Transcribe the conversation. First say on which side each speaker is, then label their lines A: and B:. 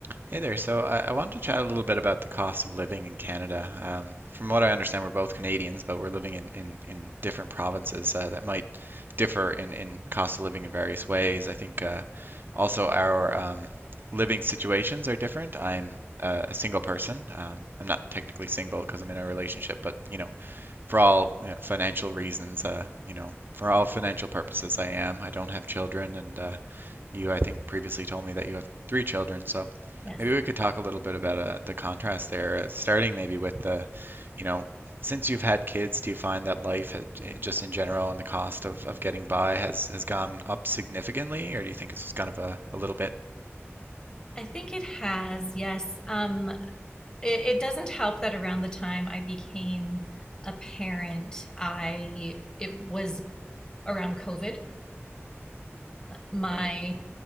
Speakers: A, on the right; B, on the left.
A: Hey there. So I, I wanted to chat a little bit about the cost of living in Canada. Um, from what I understand, we're both Canadians, but we're living in, in, in different provinces uh, that might differ in, in cost of living in various ways. I think uh, also our um, living situations are different. I'm uh, a single person. Um, I'm not technically single because I'm in a relationship, but you know, for all you know, financial reasons, uh, you know, for all financial purposes, I am. I don't have children, and uh, you, I think, previously told me that you have three children. So
B: Yes,
A: maybe we could talk a little bit about uh, the contrast there, uh, starting maybe with the, you know, since you've had kids, do you find that life, had- eh, just in general, and the cost of, of getting by has has gone up significantly, or do you think it's just kind of a, a little bit?
B: I think it has. Yes. Um, it, it doesn't help that around the time I became a parent, I it was around COVID. My
A: Right.